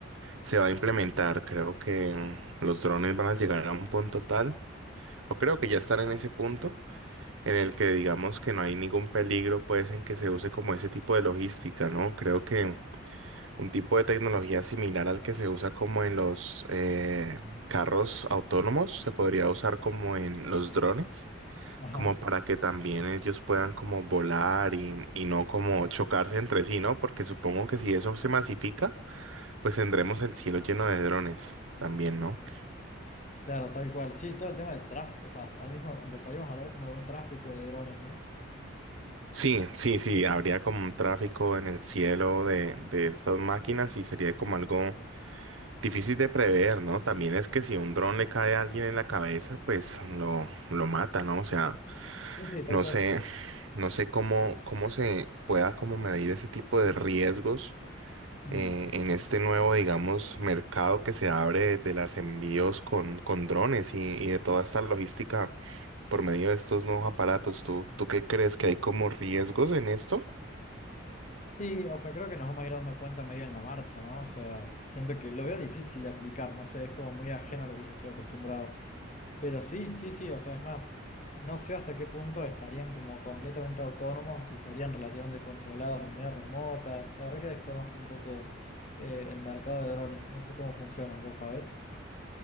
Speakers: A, on the right; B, on the left.
A: se va a implementar. Creo que los drones van a llegar a un punto tal, o creo que ya están en ese punto, en el que digamos que no hay ningún peligro, pues, en que se use como ese tipo de logística, ¿no? Creo que un tipo de tecnología similar al que se usa como en los eh, carros autónomos, se podría usar como en los drones.
B: Ajá.
A: como para que también ellos puedan como volar y, y no como chocarse entre sí, ¿no? Porque supongo que si eso se masifica, pues tendremos el cielo lleno de drones también, ¿no?
B: Claro, tal cual. Sí, todo el tema del tráfico, o sea, al mismo empezaríamos a hablar como de un tráfico de drones, ¿no?
A: Sí, sí, sí, habría como un tráfico en el cielo de, de estas máquinas y sería como algo difícil de prever, ¿no? También es que si un dron le cae a alguien en la cabeza, pues lo, lo mata, ¿no? O sea,
B: Sí, sí, tal
A: no
B: cual.
A: sé, no sé cómo, cómo se pueda como medir ese tipo de riesgos
B: Mm.
A: eh, en este nuevo, digamos, mercado que se abre de los envíos con, con drones y, y de toda esta logística por medio de estos nuevos aparatos. ¿Tú, tú qué crees que hay como riesgos en esto?
B: Sí, o sea, creo que nos vamos a ir dando cuenta medio en la marcha, ¿no? O sea, siento que lo veo difícil de aplicar, no sé, es como muy ajeno a lo que yo estoy acostumbrado. Pero sí, sí, sí, o sea, es más, no sé hasta qué punto estarían como completamente autónomos o si serían relativamente controlados de manera remota. La verdad que desconozco un poco eh, el mercado de drones, no sé cómo funcionan, ¿vos sabés?